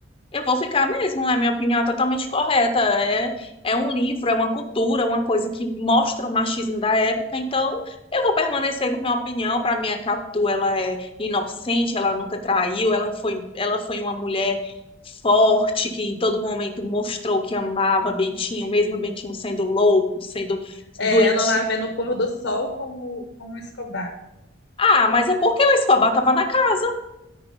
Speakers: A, on the left (about 25°); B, on the left (about 75°).
A: Eu vou ficar mesmo, né? Minha opinião é totalmente correta. É, é um livro, é uma cultura, uma coisa que mostra o machismo da época. Então, eu vou permanecer com minha opinião. Para mim, a Capitu, ela é inocente, ela nunca traiu, ela foi, ela foi uma mulher forte, que em todo momento mostrou que amava Bentinho, mesmo Bentinho sendo louco, sendo
B: É,
A: doente.
B: ela lá vendo o pôr do sol com o, com o Escobar.
A: Ah, mas é porque o Escobar estava na casa.